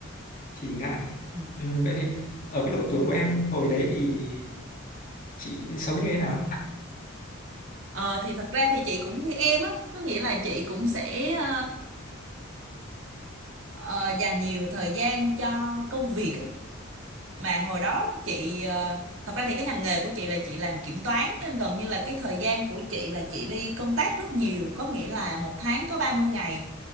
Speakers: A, on the left; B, on the right.
A: thì ngại
B: Ừ.
A: Ừm, vậy thì ở cái độ tuổi của em hồi đấy thì chị sống như thế nào
B: Ờ, thì thật ra thì chị cũng như em á, có nghĩa là chị cũng sẽ ờ, ờ, dành nhiều thời gian cho công việc á. mà hồi đó chị ờ, thật ra thì cái ngành nghề của chị là chị làm kiểm toán nên gần như là cái thời gian của chị là chị đi công tác rất nhiều có nghĩa là một tháng có ba mươi ngày